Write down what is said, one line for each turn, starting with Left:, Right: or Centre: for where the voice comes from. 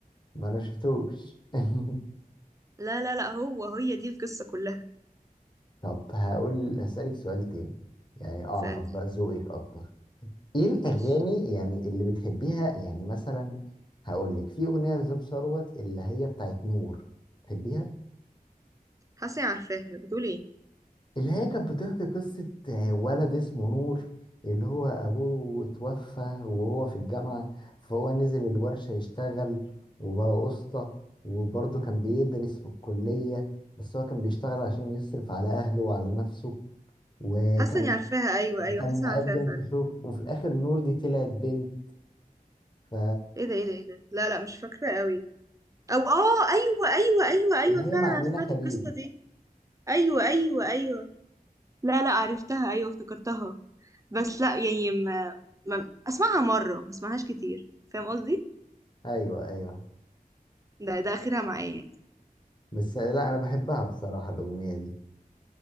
Left: ما انا شفتوش <laughs>
Right: لا لا لا هو هي دي القصة كلها
Left: طب هقول هسألك سؤال تاني يعني اعرف
Right: استنى
Left: بقى ذوقك اكتر ايه الاغاني
Right: ماشي
Left: يعني اللي بتحبيها يعني مثلا هقول لك في اغنيه لزوب ثروت اللي هي بتاعت نور بتحبيها
Right: حاسة إني عارفاها بتقول إيه؟
Left: اللي هي كانت بتحكي قصه آه، ولد اسمه نور اللي هو ابوه اتوفى وهو في الجامعه فهو نزل الورشه يشتغل وبقى قسطى وبرضه كان بيدرس في الكليه بس هو كان بيشتغل عشان يصرف على اهله وعلى نفسه وكان
Right: حاسة إني عارفاها أيوة
Left: وكان
Right: أيوة حاسة
Left: مقدم
Right: إني عارفاها فعلا
Left: في شغل وفي الاخر نور دي طلعت بنت ف
Right: إيه ده إيه ده إيه ده لا لا مش فاكرة قوي أو آه أيوة أيوة أيوة أيوة
Left: اللي هي
Right: فعلا
Left: مع
Right: أنا
Left: أمينة
Right: سمعت
Left: خليل
Right: القصة دي أيوة أيوة أيوة لا لا عرفتها أيوة افتكرتها بس لا يعني ما, ما أسمعها مرة ما أسمعهاش كتير فاهم قصدي؟
Left: ايوه ايوه
Right: ده ده اخرها معايا
Left: بس لا انا بحبها بصراحه الاغنيه دي